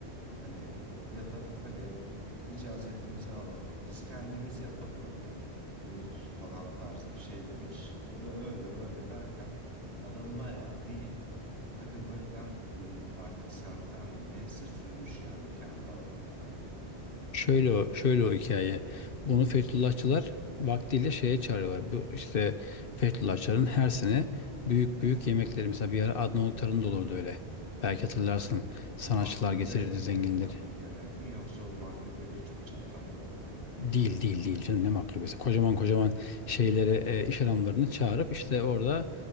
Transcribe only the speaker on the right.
Hani ya da hani icazetimizi alalım biz kendimiz yapalım hani nedir falan tarzı bir şey demiş. O da öyle böyle derken adam bayağı bir kategoriden mi bir artık semtten mi neyse sürmüş yani kendi alanında.
Maklube
yenilen
bir yemek mi yoksa o maklube küçük çapta mı kalıyor?